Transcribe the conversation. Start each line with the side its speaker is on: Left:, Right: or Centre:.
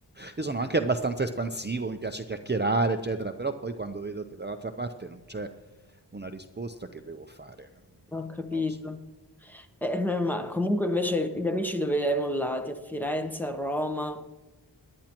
Right: io sono anche abbastanza espansivo, mi piace chiacchierare, eccetera, però poi quando vedo che dall'altra parte non c'è una risposta che devo fare,
Centre: Ho capito.
Right: non lo so.
Centre: Eh, eh, ma comunque invece gli amici dove li hai mollati? A Firenze, a Roma?